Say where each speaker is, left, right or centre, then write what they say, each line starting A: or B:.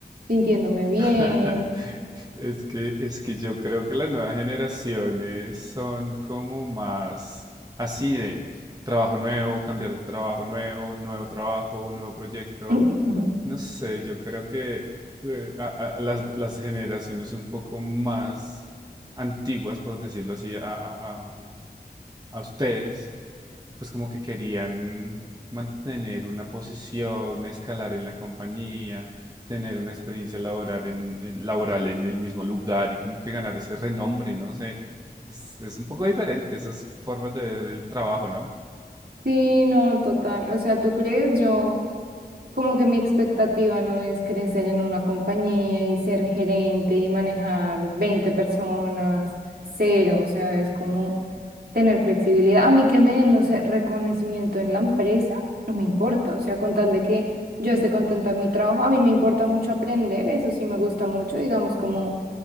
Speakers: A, on the right; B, on the right.
A: sintiéndome bien.
B: <laughs> Es que, es que yo creo que las nuevas generaciones son como más así de trabajo nuevo, cambiar de trabajo nuevo, nuevo trabajo, nuevo proyecto.
A: <laughs>
B: No sé, yo creo que eh, a- a- las, las generaciones un poco más antiguas, por decirlo así, a, a, a, a a ustedes, pues como que querían mantener una posición, escalar en la compañía, tener una experiencia laboral en, en- laboral en el mismo lugar y como que ganar ese renombre, no sé. Es, es un poco diferente esas formas de ver el trabajo, ¿no?
A: Sí, no, total. O sea, ¿tú crees? Yo, como que mi expectativa no es crecer en una compañía y ser gerente y manejar 20 personas, cero. O sea, es como tener flexibilidad. A mí que me den, no sé, reconocimiento en la empresa, no me importa. O sea, con tal de que yo esté contenta en mi trabajo, a mí me importa mucho aprender, eso sí me gusta mucho, digamos, como